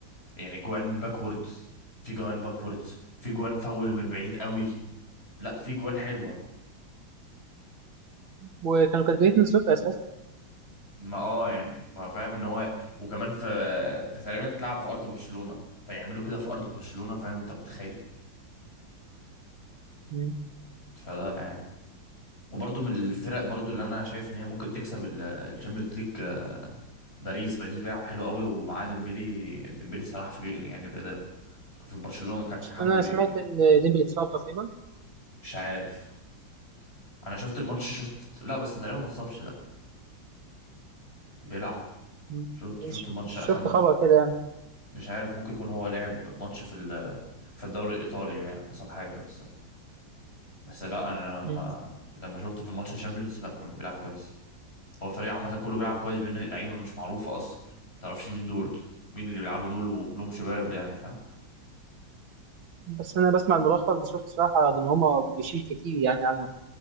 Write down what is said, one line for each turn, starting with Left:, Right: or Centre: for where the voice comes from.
Left: يعني جوان باكوردز في جوان باكوردز في جوان فاول من بعيد قوي لا في جوان حلوة
Right: وكانوا كاتبين 2-0 اساسا
Left: ما اه يعني فاهم ان هو وكمان في ده تقريبا تلعب في ارض برشلونة فيعملوا كده في ارض برشلونة فاهم انت متخيل
Right: مم.
Left: فلا يعني وبرضه من الفرق برضه اللي انا شايف ان هي ممكن تكسب الشامبيونز ليج باريس باريس بيلعب حلو قوي ومعاه ديمبلي ديمبلي الصراحه فاجئني يعني بأدائه كان في برشلونه ما كانش
Right: بس
Left: حد
Right: انا
Left: بي...
Right: سمعت
Left: بي-
Right: ان ديمبلي اتصاب تقريبا
Left: مش عارف انا شفت الماتش شفت لا بس تقريبا ما اتصابش لا بيلعب
Right: مم.
Left: شفت شفت
Right: ش-
Left: الماتش
Right: شفت
Left: اخر ماتش
Right: خبر كده يعني
Left: مش عارف ممكن يكون هو لعب ماتش في ال... في الدوري الايطالي يعني حصل حاجه بس بس لا انا لما
Right: مم.
Left: لما شفته في الماتش الشامبيونز لا كان بيلعب كويس هو الفريق عامه كله بيلعب كويس بين لعيبه مش معروفه اصلا ما تعرفش مين دول مين اللي بيلعبوا دول وكلهم شباب يعني فاهم
Right: بس انا بسمع الملخص بشوف الصراحه ان هما بيشيل كتير يعني عنهم